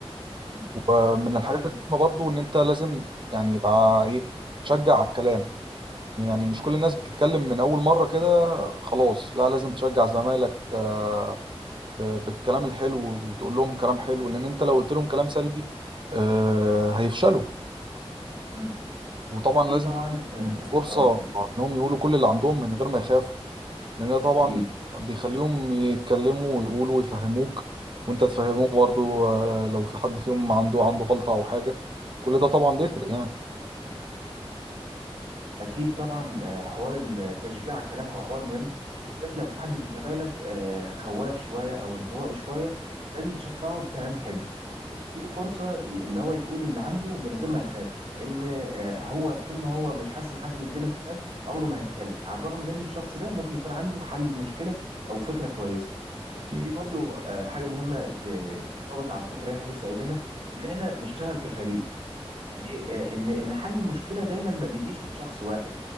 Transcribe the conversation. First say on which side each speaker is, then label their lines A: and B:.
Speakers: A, on the right; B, on the right.
A: م.
B: ومن
A: انت فعلا
B: الحاجات المهمة برضو ان انت لازم يعني يبقى ايه تشجع على الكلام يعني مش كل
A: م-
B: الناس بتتكلم من اول مرة كده خلاص لا لازم تشجع زمايلك آه، ب- بالكلام الحلو وتقول لهم كلام حلو لان انت لو قلت لهم كلام سلبي آه، هيفشلوا
A: م-
B: وطبعا
A: اكيد
B: لازم
A: طبعا
B: تديهم
A: اه
B: فرصة
A: آه،
B: انهم يقولوا كل اللي عندهم من غير ما يخافوا لان ده طبعا
A: اكيد
B: بيخليهم يتكلموا ويقولوا ويفهموك وانت تفهموه برضو آه، لو في حد فيهم عنده عنده غلطة او حاجة كل ده طبعا بيفرق يعني
A: اكيد طبعا آه، حوار التشجيع على الكلام هو حوار مهم بالذات لو في حد من زمايلك آه، خواف شويه او انطوائي شويه لازم تشجعه بكلام حلو وتديله فرصه ي- اللي هو يقول اللي عنده من غير ما يخاف لان آه، هو طول ما هو مش حاسس ان حد مديله اهتمام عمره ما هيتكلم على الرغم من ان الشخص ده ممكن يكون عنده حل المشكله او فكره كويسه
B: اكيد
A: في برضه آه، حاجه مهمه ت- تنطبق على الفكره اللي احنا لسه قايلينها ان احنا نشتغل كفريق ليه آه، ان ان حل المشكله دايما ما بيجيش من شخص واحد